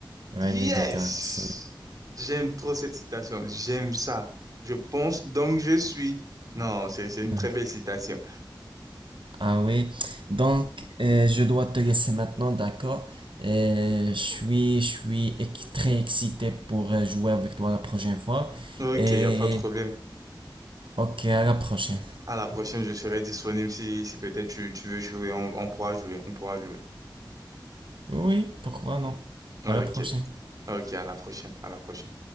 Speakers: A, on the right (about 80°); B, on the right (about 45°).
A: René
B: Yes!
A: Descartes. oui.
B: J'aime trop cette citation. J'aime ça. Je pense donc je suis. Non, c'est c'est
A: <laughs>
B: une très belle citation.
A: Ah oui. Donc, euh, je dois te laisser maintenant, d'accord? Euh, je suis, je suis ex- très excité pour euh, jouer avec toi la prochaine fois.
B: Ok,
A: Et
B: il n'y a pas de problème.
A: ok, à la prochaine.
B: À la prochaine, je serai disponible si, si peut-être tu, tu veux jouer. On, on pourra jouer. On pourra jouer.
A: Oui, pourquoi non?
B: Ok.
A: À la prochaine.
B: Ok, à la prochaine. À la prochaine.